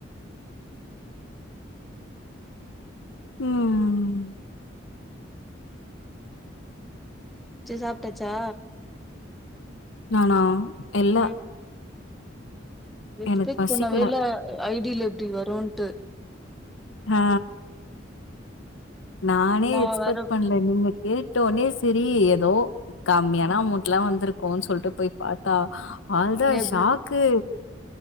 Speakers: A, on the left; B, in the centre.
A: ம்
B: சேர் சாப்ட்டாச்சா
A: நானா இல்ல
B: ம் எக்ஸ்பெக்ட்
A: எனக்கு பசிக்கல
B: பண்ணவேல்ல ஐ டி ல இப்டி வருன்ட்டு
A: அ நானே
B: நா
A: எக்ஸ்பெக்ட்
B: வேற
A: பண்ல நீங்க கேட்டோனே செரி எதோ கம்மியான அமௌண்ட்லா வந்துருக்கு சொல்ட்டு போய் பாத்தா அவ்ளோ தா
B: எவ்ளோ
A: ஷாக்கு